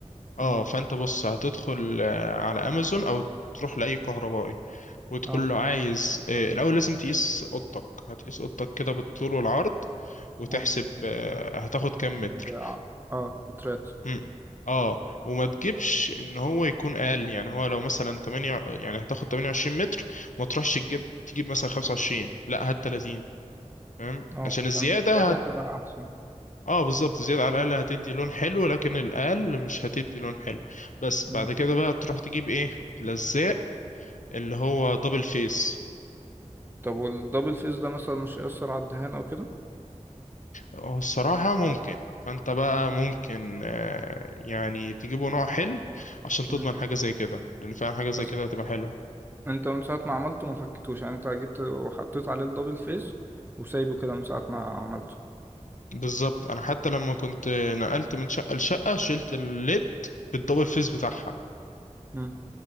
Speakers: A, on the right (about 15°); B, on the left (about 80°).
A: مم.
B: اه فانت بص هتدخل آه، على امازون او تروح لاي كهربائي وتقول
A: اه
B: له عايز آه، الأول لازم تقيس أوضتك هتقيس أوضتك كده بالطول والعرض وتحسب
A: آه.
B: آه، هتاخد كام
A: ال-
B: متر
A: اه بترات
B: مم. اه وما تجيبش ان هو يكون اقل يعني هو لو مثلا 8 يعني هتاخد 28 متر ما تروحش تجيب تجيب مثلا 25 لا هات 30 فاهم
A: اه
B: عشان
A: عشان
B: الزياده
A: الزيادة
B: هت...
A: هتبقى أحسن
B: اه بالظبط الزياده على الاقل هتدي لون حلو لكن الاقل مش هتدي لون حلو بس
A: مم.
B: بعد كده بقى تروح تجيب ايه لزاق اللي هو دبل فيس
A: طب والدبل فيس ده مثلا مش هيأثر على الدهان أو كده
B: هو الصراحة ممكن فانت بقى ممكن آه، يعني تجيبوا نوع حلو عشان
A: مم.
B: تضمن حاجة زي كده لان فعلا حاجة زي
A: بس
B: كده هتبقى حلوة
A: أنت من ساعة ما عملته ما فكتوش يعني أنت جبت وحطيت عليه الدبل فيس وسايبه كده من ساعة ما عملته
B: بالظبط انا حتى لما كنت نقلت من شقة لشقة شلت الليد بالدبل فيس بتاعها
A: مم.